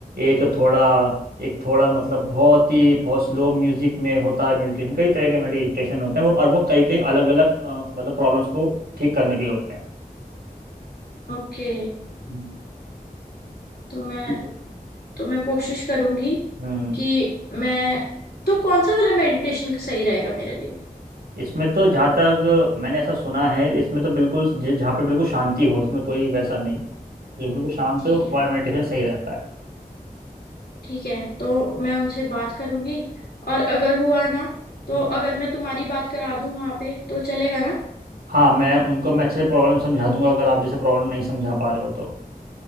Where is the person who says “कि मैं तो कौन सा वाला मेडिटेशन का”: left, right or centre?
Left